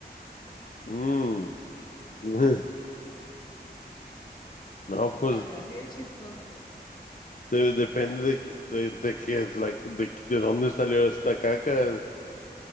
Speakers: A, on the left; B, on the left.
A: Mm. <laughs> No, pues
B: Salió así de chistoso.
A: de- depende de, de, de qué es la, de, de dónde salió esta caca.